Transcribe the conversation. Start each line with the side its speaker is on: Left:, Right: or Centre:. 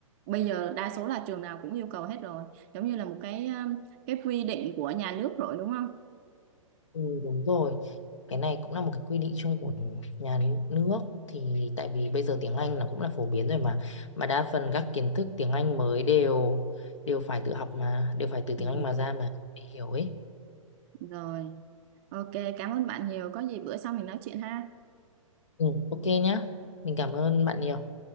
Right: bây giờ đa số là trường nào cũng yêu cầu hết rồi, giống như là một cái um, cái quy định của nhà nước rồi đúng không?
Left: Ừ, đúng rồi. Cái này cũng là một cái quy định chung của nhà nước thì tại vì bây giờ tiếng Anh là cũng là phổ biến rồi mà mà đa phần các kiến thức tiếng Anh mới đều đều phải tự học mà đều phải từ
Right: Ừ.
Left: tiếng Anh mà ra mà để hiểu ấy.
Right: Rồi, ok, cảm ơn bạn nhiều. Có gì bữa sau mình nói chuyện ha.
Left: Ừ, ok nhá. Mình cảm ơn bạn nhiều.